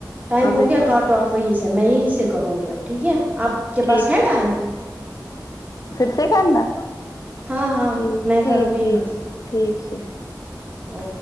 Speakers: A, on the right; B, on the left.
A: ٹائم
B: آپ
A: ہو
B: دیکھو
A: گیا کاٹ اف وہی سے میں یہیں سے کروں گی اب ٹھیک ہے آپ کے
B: ٹھیک
A: پاس ہے ٹائم
B: پھر سے کرنا
A: ہاں ہاں
B: ٹھیک
A: میں
B: ٹھیک
A: کروں گی
B: ٹھیک
A: یہاں
B: ٹھیک سے
A: او